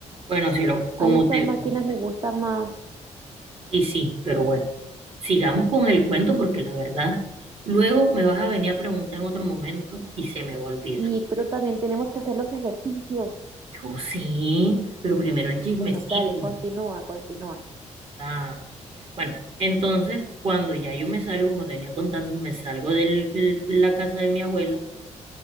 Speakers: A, on the right (about 50°); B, on the right (about 35°).
A: Bueno, sí, lo, como
B: Ay, estas
A: te,
B: máquinas me gustan más.
A: y sí, pero bueno, sigamos con el cuento porque la verdad, luego me vas a venir a preguntar en otro momento y se me va a olvidar.
B: Sí, pero también tenemos que hacer los ejercicios.
A: Yo sí, pero primero el chismecito.
B: Bueno, dale, continúa, continúa.
A: ah. Bueno, entonces, cuando ya yo me salgo, como te venía contando, me salgo de la casa de mi abuela